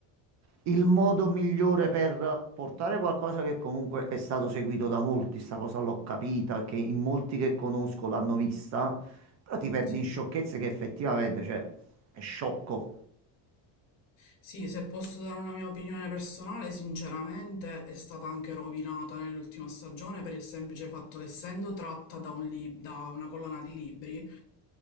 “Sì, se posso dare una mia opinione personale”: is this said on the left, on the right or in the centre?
Left